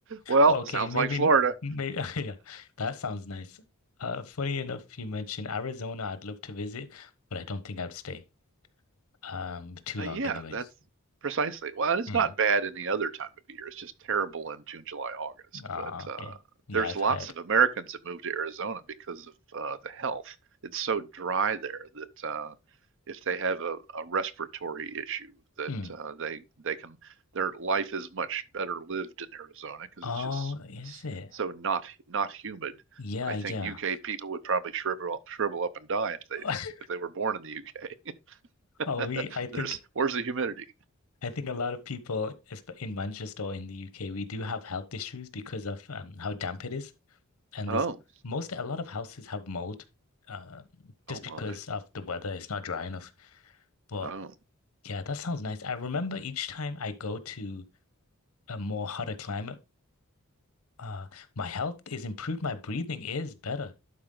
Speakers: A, on the right; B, on the left.
A: well
B: Well, okay,
A: sounds
B: maybe,
A: like Florida.
B: maybe, <laughs> yeah, that sounds nice. Uh, funny enough, you mentioned Arizona. I'd love to visit, but I don't think I'd stay. Um, too
A: Uh,
B: long
A: yeah,
B: anyway.
A: that's precisely. Well, and it's
B: Mm.
A: not bad any other time of year. It's just terrible in June, July, August.
B: Ah,
A: But
B: okay.
A: uh,
B: Yeah,
A: there's
B: I've
A: lots
B: heard.
A: of Americans that move to Arizona because of uh, the health. It's so dry there that uh, if they have a, a respiratory issue, that
B: Mm.
A: uh, they they can their life is much better lived in Arizona because
B: Oh,
A: it's just
B: is
A: s-
B: it?
A: so not not humid.
B: Yeah,
A: I
B: yeah.
A: think UK people would probably shrivel shrivel up and die if they
B: <laughs>
A: if they were born in the UK. <laughs>
B: Oh, we, I think,
A: There's where's the humidity?
B: I think a lot of people esp- in Manchester or in the UK, we do have health issues because of um, how damp it is. And
A: Oh,
B: there's most, a lot of houses have mold, um, just
A: oh my.
B: because of the weather. It's not dry enough. But
A: Oh,
B: yeah, that sounds nice. I remember each time I go to a more hotter climate, uh, my health is improved. My breathing is better.